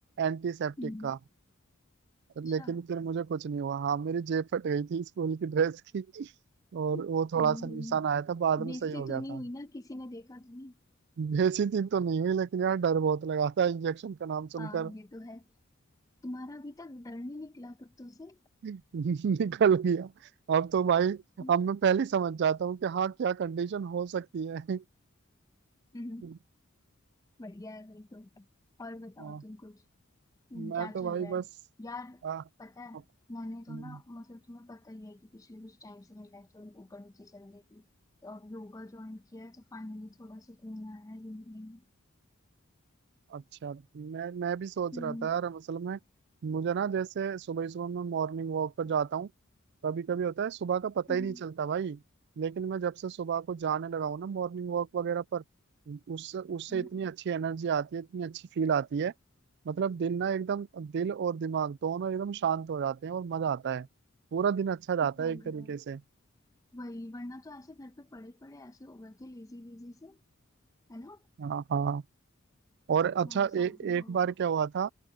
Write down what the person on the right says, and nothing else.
एंटीसेप्टिक
का
लेकिन फिर मुझे कुछ नहीं हुआ हाँ मेरी जेब फट गई थी स्कूल की ड्रेस की और
वो थोड़ा
सा नुकसान आया था बाद
में सही हो गया
था
बेइज्जती तो नहीं हुई लेकिन यार डर बहुत लगा था इंजेक्शन का नाम सुनकर
<laughs>
निकल गया अब तो भाई
अब मैं पहले ही समझ जाता हूँ कि हाँ क्या कंडीशन हो सकती है
<laughs>
हाँ
मैं
तो
भाई
बस
आ,
अप-
हम्म,
अच्छा मैं मैं भी सोच
रहा था यार असल में मुझे ना जैसे सुबह सुबह मैं मॉर्निंग वॉक पर जाता हूँ कभी कभी होता है सुबह का पता
ही नहीं चलता भाई लेकिन मैं जब से सुबह को जाने लगा हूँ ना मॉर्निंग वॉक वगैरह पर उससे उससे
इतनी अच्छी एनर्जी आती है इतनी अच्छी फील आती है मतलब दिन ना एकदम दिल और दिमाग दोनों एकदम शांत हो जाते हैं और मजा आता है पूरा दिन अच्छा जाता
है एक तरीके
से
हाँ हाँ और अच्छा
ए,
एक
बार क्या हुआ था